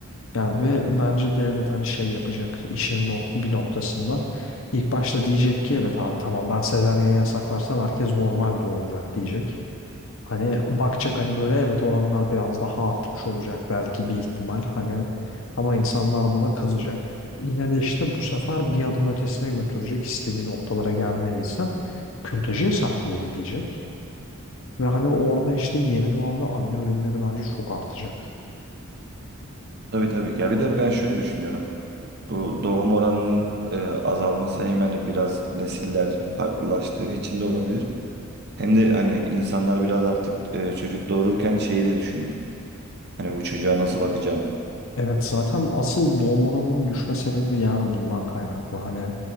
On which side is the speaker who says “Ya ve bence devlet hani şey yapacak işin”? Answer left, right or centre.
Left